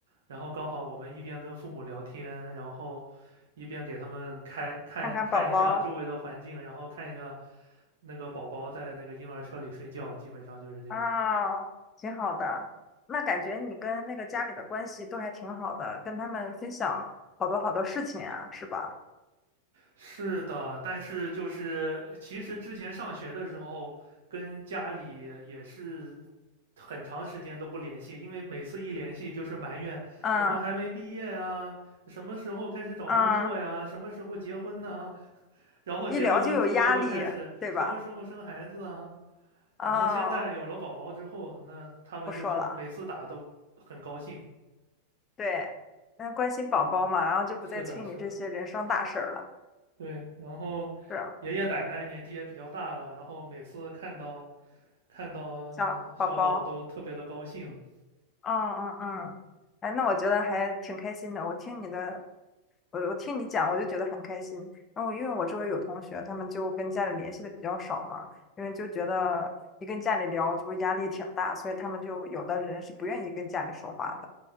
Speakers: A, on the right; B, on the left.
A: 然后刚好我们一边跟父母聊天，然后一边给他们开看看一下周围的环境，
B: 看看宝宝。
A: 然后看一下那个宝宝在那个婴儿车里睡觉，基本上就是这样。
B: 啊，挺好的。那感觉你跟那个家里的关系都还挺好的，跟他们分享好多好多事情啊，是吧？
A: 是的，但是就是其实之前上学的时候，跟家里也是很长时间都不联系，因为每次一联系就是埋怨怎么还没毕业啊，
B: 嗯
A: 什么时候开始找工作呀，
B: 嗯，
A: 什么时候结婚呢？<laughs> 然后结了婚之后又开始什么时候生孩子啊，
B: 一聊就有压力，对吧？哦，
A: 然后现在有了宝宝之后，那他们就是每次打都很高兴。
B: 不说了，对，嗯，关心宝宝嘛，然后就不再催你这些人生大事儿了，
A: 是的，是的。对，然后
B: 是啊
A: 爷爷奶奶年纪也比较大了，然后每次看到看到小宝都特别的高兴，
B: 小宝宝，嗯嗯嗯，哎，那我觉得还挺开心的，我听你的我我听你讲，我就觉得很开心。然后因为我周围有同学，他们就跟家里联系的比较少嘛，因为就觉得一跟家里聊就压力挺大，所以他们就有的人是不愿意跟家里说话的。